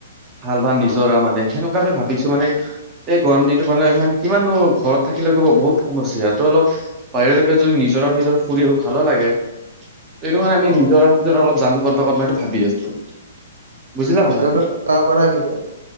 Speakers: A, on the right; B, on the right.
A: ভাল ভাল
B: অ
A: নিজৰা মানে সেনেকুৱা আমি ভাবিছো মানে এই গৰম দিনটো মানে ইমান কিমানো ঘৰত থাকিলে কব বহুত সমস্যা ত অলপ বাহিৰলৈকে যদি নিজৰা ফিজৰা ফুৰি আহো ভালো লাগে সেইটো কাৰণে
B: অ
A: আমি
B: অ
A: নিজৰা চিজৰা অলপ যাম কত ভাগত নাই ভাবি আছো <inaudible> বুজিলা কথাটো
B: ৰিজটত যাব পাৰা কিন্তু।